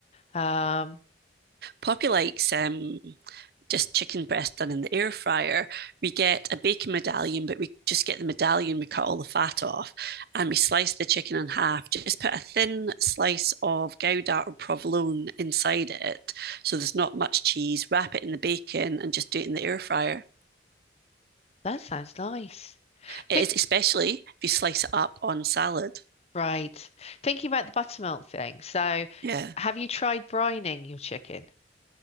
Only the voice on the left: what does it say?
Um,
that sounds nice.
Think
right. Thinking about the buttermilk thing. So,
have you tried brining your chicken?